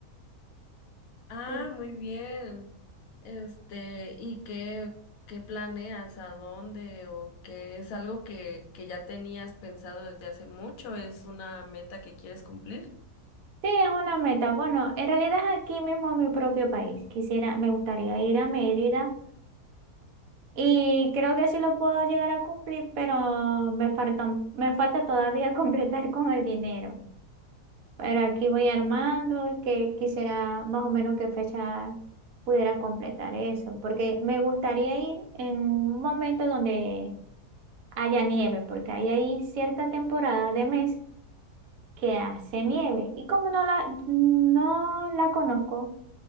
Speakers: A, on the left (about 70°); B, on the right (about 70°).
A: Ah,
B: Y
A: muy bien. Este, ¿y qué, qué planeas? ¿A dónde? ¿O qué es algo que, que ya tenías pensado desde hace mucho? ¿Es una meta que quieres cumplir?
B: sí, es una meta. Bueno, en realidad es aquí mismo en mi propio país. Quisiera, me gustaría ir a Mérida y creo que sí lo puedo llegar a cumplir, pero me faltan, me falta todavía <laughs> completar con el dinero. Pero aquí voy armando, que quisiera más o menos qué fecha pudiera completar eso, porque me gustaría ir en un momento donde haya nieve, porque ahí hay cierta temporada de mes que hace nieve y como no la no la conozco,